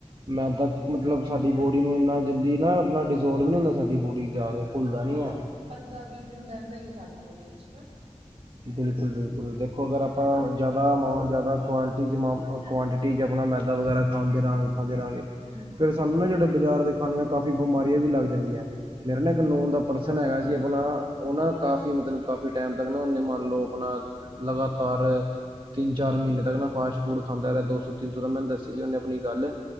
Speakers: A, on the right; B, on the right.
A: ਮੈਦਾ,
B: ਹੂੰ।
A: ਮਤਲਬ ਸਾਡੀ ਬੋਡੀ ਨੂੰ, ਇੰਨਾ ਜਲਦੀ ਨਾ ਇਨਾਂ ਡਜ਼ੋਲਵ ਨੀ ਹੁੰਦਾ, ਸਾਡੀ ਬੋਡੀ ਚ ਜਾ ਕੇ ਘੁਲਦਾ
B: ਹਾਂ
A: ਨੀ ਆ
B: ਪੰਦਰਾਂ ਵੀਹ ਦਿਨ ਰਹਿੰਦਾ ਹੀ ਹੈ ਸਾਡੀ ਬੋਡੀ ਵਿੱਚ ਨਾ
A: ਬਿਲਕੁਲ- ਬਿਲਕੁਲ ਦੇਖੋ, ਅਗਰ ਆਪਾਂ ਜ਼ਿਆਦਾ ਮਾ ਜ਼ਿਆਦਾ ਕੁਆਂਟਿਟੀ ਕੁਆਂਟਿਟੀ ਚ ਆਪਣਾ, ਮੈਦਾ ਵਗੈਰਾ ਖਾਂਦੇ ਰਹਾਂਗੇ ਖਾਂਦੇ ਰਹਾਂਗੇ,
B: ਹਮ ਹਮ
A: ਫੇਰ ਸਾਨੂੰ ਨਾ, ਜਿਹੜੇ ਬਾਜ਼ਾਰ ਦੇ ਖਾਣੇ ਨਾਲ, ਕਾਫੀ ਬਿਮਾਰੀਆਂ ਵੀ ਲੱਗ ਜਾਂਦੀਆਂ। ਮੇਰੇ ਨਾ ਇੱਕ ਨੋਨ ਦਾ ਪਰਸਨ ਹੈਗਾ ਸੀ, ਆਪਣਾ ਉਹ ਨਾ, ਕਾਫੀ ਮਤਲਬ ਕਾਫੀ ਟਾਈਮ ਤੱਕ ਨਾ, ਉਹਨੇ ਮੰਨ ਲਓ ਆਪਣਾ, ਲਗਾਤਾਰ ਤਿੰਨ, ਚਾਰ ਮਹੀਨੇ ਤੱਕ ਨਾ, ਫਾਸਟ ਫੂਡ ਖਾਂਦਾ ਰਿਹਾ, ਦੋ ਸੌ, ਤਿੰਨ ਸੌ ਦਾ, ਮੈਂਨੂੰ ਦੱਸੀ ਸੀ, ਉਹਨੇ ਆਪਣੀ ਗੱਲ